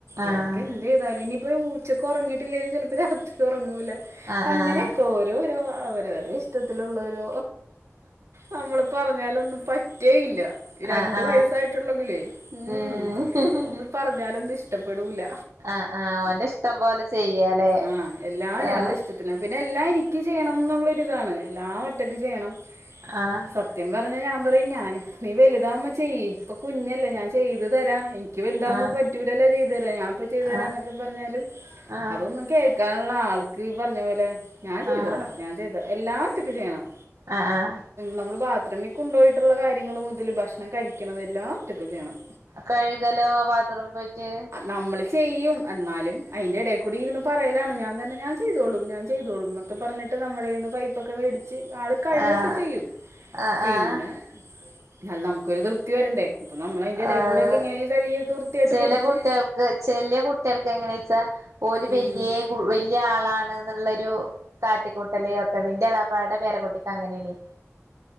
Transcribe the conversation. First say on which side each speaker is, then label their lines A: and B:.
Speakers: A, on the right; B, on the right.
A: എടക്ക്
B: ആഹ്
A: എ തെതാലും ഇനിയിപ്പോ ഊച്ചക്ക് ഒറങ്ങീട്ടില്ലേലും ചെലപ്പോ രാത്രി ഒറങ്ങൂല
B: ആഹ്
A: അങ്ങനെയൊക്കെ
B: ആഹ്
A: ഓ രോരോ അവരവരെ ഇഷ്ട്ടത്തിലുള്ളൊരു നമ്മള് പറഞ്ഞാലൊന്നും പറ്റേയില്ല ര
B: ആഹ് ആഹ്
A: വയസായിട്ടുള്ളെങ്കിലേ ഹും
B: ഉം
A: നമ്മൾ പറഞ്ഞാലൊന്നും ഇഷ്ടപ്പെടൂല.
B: ആഹ് ആഹ് ഓന്റെ ഇഷ്ടം പോലെ ചെയ്യാലേ
A: ആഹ് എല്ലാ അയാളടെ
B: ആഹ്
A: ഇഷ്ട പിന്നെ പിന്നെ എല്ലാം എനിക്ക് ചെയ്യണം ന്നുള്ളൊരു ഇതാണ് എല്ലാ ഒറ്റക്ക് ചെയ്യണം
B: ആഹ്
A: സ ത്യം പറഞ്ഞാ ഞാൻ പറയും ഞാൻ നീ വലുതാവുമ്പ ചെയ്യി ഇപ്പൊ കുഞ്ഞല്ലേ ഞാൻ ചെയ്തു തരാ ഇ ക്ക് വലുതാവുമ്പോ
B: ആഹ്
A: പറ്റൂലല്ലോ ചെയ്തു തരാന് ഞാപ്പോ ചെയ്തുതരാന്നക്കെ
B: ആഹ്
A: പറഞ്ഞാലും
B: ആഹ്
A: അതൊന്നും കേ ക്കാന്ള്ള ആൾക്ക് ഈ പറഞ്ഞ പോലെ ഞാൻ ചെയ്തോളാം
B: ആഹ്
A: ഞാൻ ചെയ്തോള എല്ലാ ഒറ്റക്ക് ചെയ്യണം.
B: ആഹ് ആഹ്
A: നമ്മള് ബാത്റൂമി കൊണ്ടുപോയിട്ട്ള്ള കാര്യങ്ങള് മുതല് ഭക്ഷ ണം കഴിക്ക്ണത് എല്ലാം ഒറ്റക്ക് ചെയ്യണം.
B: കഴ്കലോ വാത്റൂമ് പോയിറ്റ്?
A: നമ്മള് ചെയ്യും എന്നാലും അയിന്റെ എടെ കൂടി ഇര്ന്ന് പറയലാണ് ഞാൻ തന്നെ ഞാൻ ചെയ്തോളും ഞാൻ ചെയ്തോളും ന്നൊക്കെ പറഞ്ഞിട്ട് നമ്മളെന്ന് പൈപ്പൊക്കെ വേടിച്ച് ആള് കഴ്കൊക്കെ
B: ആഹ്
A: ചെയ്യും
B: ആഹ്
A: പിന്നെ
B: ആഹ്
A: ന്നലും നമുക്കൊരു തൃപ്തി വരണ്ടേ. അപ്പം നമ്മൾ അതിൻ്റെ ഇടയിൽ
B: ആഹ്
A: കൂടെ ഒക്കെ എങ്ങനെയും കഴുകിയൊക്കെ വൃത്തിയായിട്ട്
B: ചെല
A: കൊടുക്കും
B: കുട്ട്യൾക്ക് ചെലെ കുട്ട്യൾക്ക് എങ്ങനെച്ചാ ഓല്
A: ഉം.
B: വല്ല്യേ വല്ല്യ ആളാണ് ന്ന്ള്ളൊരു കാട്ടിക്കൂട്ടല് ഒക്കണ്ട് ന്റെ എളാപ്പാടെ പേര കുട്ടിക്ക് അങ്ങനേണ്.